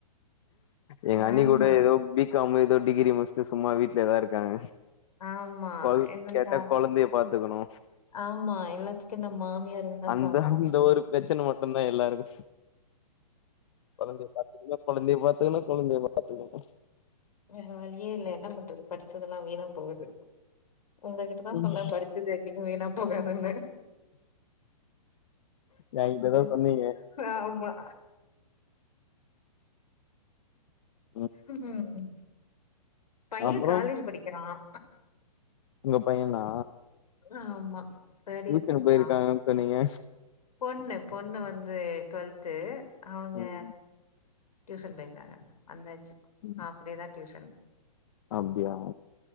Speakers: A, on the left; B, on the left.
A: எங்க அண்ணி
B: ஆமா,
A: கூட ஏதோ பி காம் ஏதோ டிகிரி முடிச்சுட்டு சும்மா வீட்ல தா இருக்காங்க
B: ஆமா
A: கொழ
B: எனக்கு
A: கேட்டா கொழந்தைய பாத்துக்கணு
B: ஆமா எல்லாத்துக்கு இந்த மாமியார்ங்தா
A: அந்த
B: காரணோ
A: அந்த ஒரு பிரச்சன மட்டுந்தா எல்லாருக்கு கொழந்தைய பாத்துக்கங்க கொழந்தைய பாத்துக்கணு கொழந்தைய பாத்துக்கணு
B: வேற வழியே இல்ல என்ன பண்றது படிச்சதெல்லா வீணா போகுது உங்ககிட்டதா
A: ம்
B: சொன்ன படிச்சது என்னைக்கு வீணா போகாதுன்னு
A: என்கிட்ட தா
B: ம்
A: சொன்னீங்க
B: ஆமா
A: ம்
B: ம் பையன்
A: அப்றோ
B: காலேஜ் படிக்கிறான்
A: உங்க பையனா
B: ஆமா தேர்ட் இயர்
A: டியூஷன்
B: படிக்கிறா
A: போயிருக்காங்கன்னு சொன்னீங்க
B: பொண்ணு பொண்ணு வந்து டுவெல்த்து அவுங்க
A: ம்
B: டியூசன் போயிருக்காங்க வந்தாச்சு
A: ம்
B: ஹாஃப் டே தா டியூசன்
A: அப்டியா